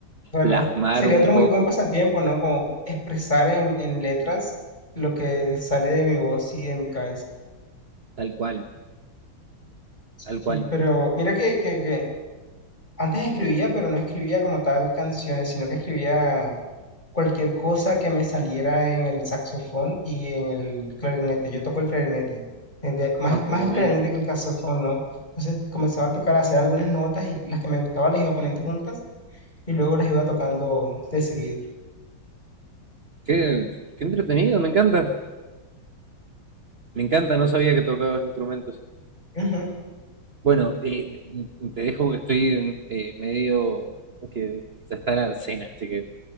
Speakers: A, on the left; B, on the right.
A: claro,
B: plasmar
A: sería
B: un
A: otro
B: poco,
A: muy buen pasatiempo, ¿no? Como expresar en, en letras lo que sale de mi voz y de mi cabeza.
B: tal cual, tal
A: Sí,
B: cual.
A: pero mira que, que, que antes escribía, pero no escribía como tal canciones, sino que escribía cualquier cosa que me saliera en el saxofón y en el clarinete. Yo toco el clarinete, desde-
B: Ah,
A: más, más
B: qué bueno.
A: el clarinete que el saxofón, ¿no? Entonces comenzaba a tocar, a hacer algunas notas y las que me gustaban las iba poniendo juntas y luego las iba tocando de seguido.
B: Qué, qué entretenido, me encanta. Me encanta, no sabía que tocabas instrumentos.
A: Ujú.
B: Bueno, eh, te dejo que estoy eh, medio que ya está la cena, así que